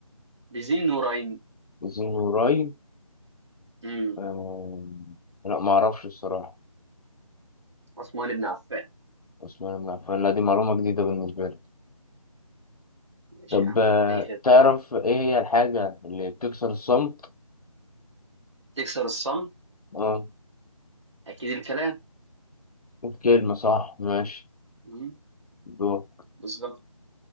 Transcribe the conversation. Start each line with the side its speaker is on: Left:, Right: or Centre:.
Right: بذي النورين
Left: زين قريب
Right: امم
Left: آه... لا ما اعرفش الصراحة
Right: عثمان بن عفان
Left: عثمان بن عفان لا دي معلومة جديدة بالنسبة لي
Right: ماشي
Left: طب
Right: يا عم
Left: آه...
Right: اي خدمه
Left: تعرف ايه هي الحاجة اللي بتكسر الصمت؟
Right: تكسر الصمت
Left: اه
Right: اكيد الكلام
Left: كلمة صح ماشي
Right: امم
Left: دور
Right: بالظبط